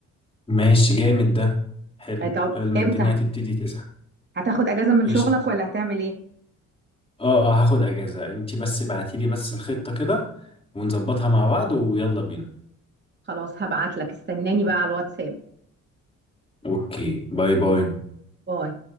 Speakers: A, on the left; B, on the right.
A: ماشي جامد ده حلو
B: آه، طب
A: قبل ما
B: امتى
A: الدنيا تبتدي تزحم
B: هتاخد اجازه من
A: ايش
B: شغلك ولا هتعمل ايه
A: اه اه هاخد اجازة انتي بس بعتيلي بس الخطة كده ونظبطها مع بعض ويلا بينا
B: خلاص هبعت لك استناني بقى على الواتساب
A: اوكي باي باي
B: باي